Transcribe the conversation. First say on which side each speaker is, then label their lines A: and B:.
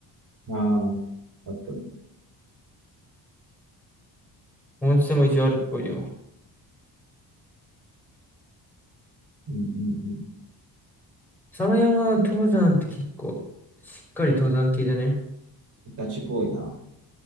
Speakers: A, on the right; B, in the centre.
A: まあ、あったり。
B: 温泉も一応あるっぽいよ。
A: うんうん
B: 浅間山登山って結構、しっかり登山系じゃね。
A: うん。ガチっぽいな。